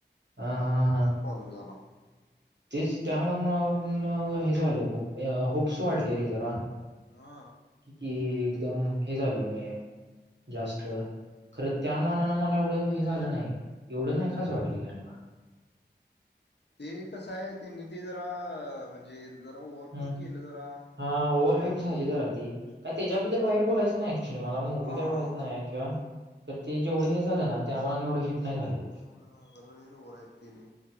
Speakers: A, on the right; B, on the left.
A: ह हा हा.
B: <unintelligible>
A: तेच त्यामूळ म <unintelligible> हे झालं खूप होप्स वाढले रे जरा.
B: हा
A: कि एकदम हे झाल म जास्त खरं त्या मानानं मला एवढं हे झालं नाही. एवढं नाही खास वाटली काय मला.
B: ते कसं आय ते नीती जरा म्हणजे जरा ओवर
A: हम्
B: पण केलं जरा.
A: हा ओव्हरहाईट
B: आणि
A: झाली जरा ती, काय त्याच्याबद्दल वाईट बोलायच नाय. <unintelligible> मला मूवी्ही
B: हा
A: काय माहीत नाय का, तर ते जेवढे झालं ना त्यामुळे आणि एवढे हिट नाही झाले.
B: तेवढं जरा लईच ओव्हर ऍक्ट केली